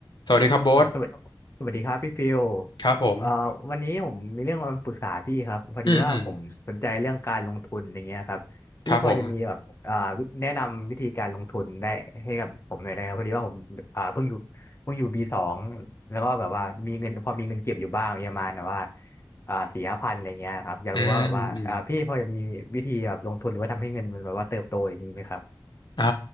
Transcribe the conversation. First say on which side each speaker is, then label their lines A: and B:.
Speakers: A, on the left (about 70°); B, on the left (about 35°).
A: สวัสดีครับโบ๊ท
B: อ่าสสวัสวัสดีดีครับผมสวัสดีครับพี่ฟิล
A: ครับผม
B: เอ่อวันนี้ผมมีเรื่องมาปรึกษาพี่ครับพอดีว่าผมสนใจเรื่องการลงทุนอย่างเงี้ยครับพี่พอจะมีแบบอ่าวิแนะนำวิธีการลงทุนได้ให้กับผมหน่อยได้ครับพอดีว่าผมอ่าเพิ่งอยู่เพิ่งอยู่ปีสอง
A: อืม อืม ครับผม
B: แล้วก็แบบว่ามีเงินพอมีเงินเก็บอยู่บ้างประมาณแบบว่าอ่าสี่ห้าพันอะไรเงี้ยครับอยากรู้ว่าแบบว่าอ่าพี่พอจะมีวิธีแบบลงทุนหรือว่าทำให้เงินมันแบบว่าเติบโตอย่างนี้ไหมครับ
A: อืม อืม อ่า